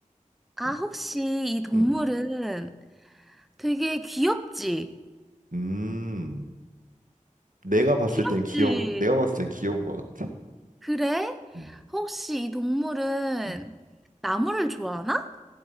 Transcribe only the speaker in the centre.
아,
혹시 이 동물은
되게 귀엽지?
귀엽지?
그래?
혹시 이 동물은
나무를 좋아하나?